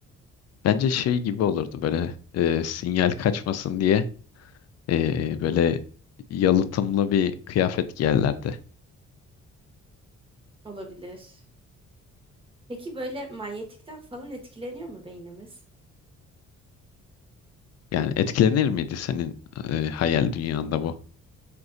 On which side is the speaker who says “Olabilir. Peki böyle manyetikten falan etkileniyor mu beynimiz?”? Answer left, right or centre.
Right